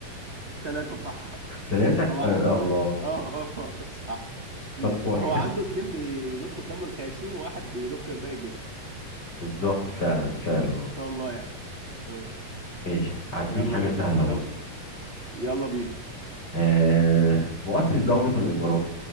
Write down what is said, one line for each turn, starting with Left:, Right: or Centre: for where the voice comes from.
Right: ثلاثة صح
Left: ثلاثة
Right: هو
Left: آه
Right: <laughs>
Left: الله
Right: اه اه صح
Left: طب كويس
Right: هو عنده اتنين بيضخوا الدم الخياشيم وواحد بيضخ باقي الجسم
Left: <laughs> بالظبط فعلا فعلا
Right: ما شاء الله يعني آه.
Left: ماشي هديك
Right: يلا
Left: حاجة
Right: ماشي
Left: سهلة
Right: يلا
Left: برضه
Right: يلا بينا
Left: آه مؤسس دولة الامارات